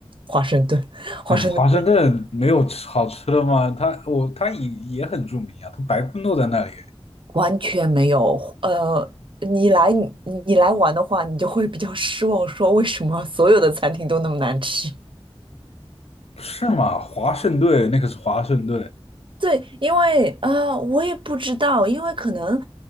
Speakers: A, on the right; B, on the left.
A: 华盛顿，华盛顿
B: 嗯华盛顿没有吃好吃的吗？它我它也也很著名啊，它白宫都在那里，
A: 完全没有。呃，你来你来玩的话，你就会比较失望，说为什么所有的餐厅都那么难吃？
B: 是吗？华盛顿那可是华盛顿。
A: 对，因为啊、呃我也不知道，因为可能，